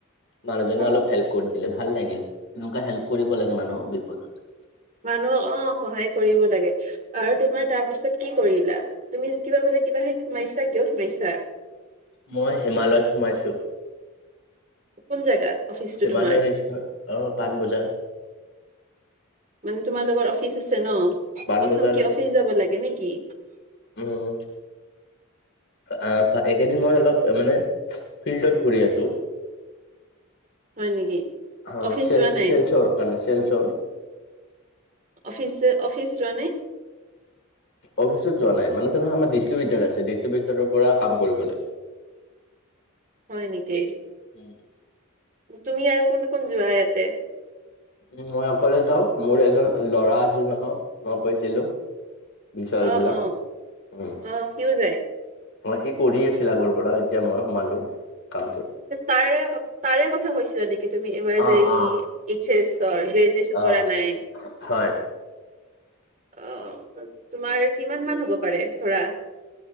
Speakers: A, on the left; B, on the right.
A: মানুহজনে
B: অ
A: অলপ হেল্প কৰি দিলে ভাল লাগিল, এনেকুৱা হেল্প কৰিব লাগে মানুহক বিপদত।
B: মানুহক অ' সহায় কৰিব লাগে। আৰু তোমাৰ তাৰ পিছত কি কৰিলা? তুমি কিবা বোলে কিবা হেইত সোমাইছা, কিহত সোমাইছা?
A: মই হিমালয়ত সোমাইছোঁ।
B: কোন জেগাত? অফিচটো
A: হিমালয়ৰ
B: তোমাৰ
A: ষ্ট অ পাণবজাৰ
B: মানে তোমালোকৰ অফিচ আছে ন
A: পাণবজাৰ
B: প্ৰথম কি অফিচ যাব লাগে। নেকি
A: উম আহ এইকেইদিন মই অলপ মানে ফিল্ডত ঘূৰি আছো।
B: হয় নেকি
A: অ
B: অফিচ
A: চেল
B: যোৱা
A: চেলচৰ
B: নাই
A: কাৰনে চেলচৰ
B: অফিচ অফিচ যোৱা নাই।
A: অফিচত যোৱা নাই মানে ত আমাৰ ডিষ্টিবিওতাৰ আছে ডিষ্ট্ৰিবটাৰৰ পৰা কাম কৰিব লাগে।
B: হয় নেকি।
A: উম
B: তুমি আৰু কোন কোন যোৱা ইয়াতে-
A: উ মই অকলে যাও মোৰ এজন লৰা আছিল নহয় মই কৈছিলো- বিশাল
B: অ
A: বোলা-
B: অ
A: উম
B: অ সিউ যায়-
A: সি কৰি আছিল আগৰ পৰা এতিয়া মই সোমালো কামটোত
B: তাৰে ক- তাৰে কথা কৈছিলা নেকি- কি তুমি এবাৰ
A: অ
B: যাই
A: অ
B: এছ এ চৰ গ্ৰেজচন
A: অ
B: কৰা নাই-
A: হয়
B: অ- তোমাৰ কিমান মান হ'ব পাৰে ধৰা